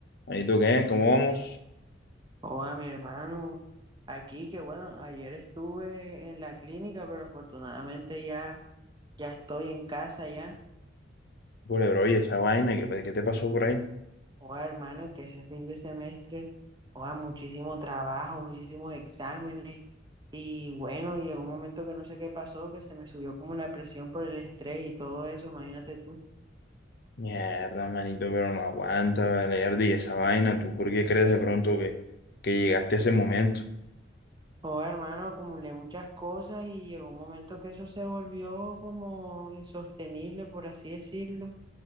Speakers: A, on the left; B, on the right.
A: Ahí tú qué, ¿cómo vamos?
B: Hola, mi hermano. Aquí, que bueno, ayer estuve en la clínica, pero afortunadamente ya, ya estoy en casa ya.
A: Vale, bro, oye, esa vaina, ¿qué, qué te pasó por ahí?
B: Hola, hermano, es que ese fin de semestre, hola, muchísimo trabajo, muchísimos exámenes. Y bueno, llegó un momento que no sé qué pasó, que se me subió como la presión por el estrés y todo eso, imagínate tú.
A: Mierda, manito, pero no aguanta, vale, Erdi, esa vaina, ¿tú por qué crees de pronto que, que llegaste a ese momento?
B: Hola, hermano, acumulé muchas cosas y llegó un momento que eso se volvió como insostenible, por así decirlo.